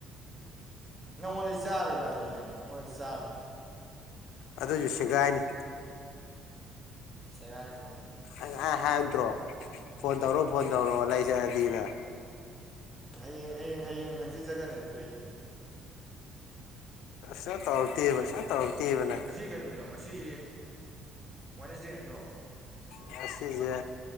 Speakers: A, on the right; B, on the left.
A: ꯅꯉꯣꯟꯗꯩ ꯆꯥꯔꯣꯏꯕ ꯑꯗꯣ ꯑꯩꯅ ꯑꯩ ꯅꯉꯣꯟꯗꯩ ꯆꯥꯔꯣꯏ
B: ꯑꯗꯨꯁꯨ ꯁꯦꯒꯥꯏꯅꯤ
A: ꯁꯦ ꯀꯥꯏꯀꯣ
B: ꯑꯩ ꯍꯥꯏꯗ꯭ꯔꯣ ꯐꯣꯟ ꯇꯧꯔꯣ ꯐꯣꯟ ꯇꯧꯔꯣ ꯂꯩꯖꯔꯗꯤꯅꯦ
A: ꯍꯌꯦꯡ ꯍꯌꯦꯡ ꯍꯌꯦꯡ ꯍꯪꯆꯖꯒꯅꯤ ꯑꯗꯨꯗ ꯌꯦꯡꯒꯦ
B: ꯁ ꯇꯔꯛꯛꯇꯤ ꯍꯕ ꯁ ꯇꯔꯛꯛꯇꯤ ꯍꯕꯅꯦ
A: ꯒꯃꯤꯅꯣ ꯉꯁꯤꯁ ꯋꯥꯏꯅꯁ ꯗꯦ ꯅꯠꯇ꯭ꯔꯣ
B: ꯉꯁꯤꯁꯦ